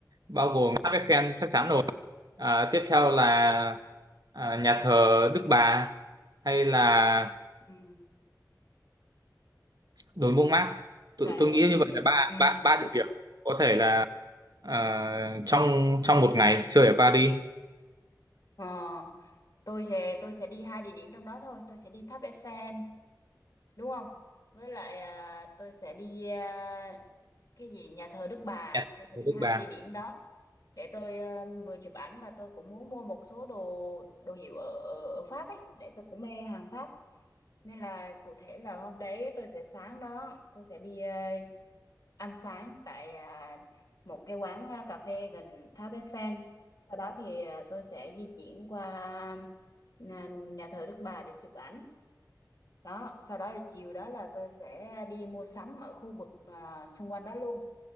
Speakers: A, on the right (about 65°); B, on the left (about 55°).
A: bao gồm tháp Eiffel chắc chắn rồi À, tiếp theo là à, nhà thờ Đức Bà hay là
B: Ừ.
A: đồi Mông Mát tôi,
B: Tại
A: tôi nghĩ như vậy là ba
B: ừ.
A: ba ba địa điểm có thể là ờ, trong trong một ngày chơi ở Paris
B: Ờ, tôi sẽ tôi sẽ đi hai địa điểm trong đó thôi, tôi sẽ đi tháp Eiffel, đúng không? Với lại à, tôi sẽ đi à, cái gì nhà thờ Đức Bà,
A: Đẹp,
B: tôi sẽ
A: ở
B: đi
A: bước
B: hai
A: ba
B: địa điểm đó. để tôi ờ, vừa chụp ảnh và tôi cũng muốn mua một số đồ đồ hiệu ở, ở ở Pháp ấy để tôi cũng mê hàng Pháp nên là cụ thể là hôm đấy tôi sẽ sáng đó tôi sẽ đi ờ, ăn sáng tại à, một cái quán ờ, cà phê gần Tháp Eiffel sau đó thì ờ, tôi sẽ di chuyển qua nhà, nhà thờ Đức Bà để chụp ảnh đó sau đó là chiều đó là tôi sẽ đi mua sắm ở khu vực ờ, xung quanh đó luôn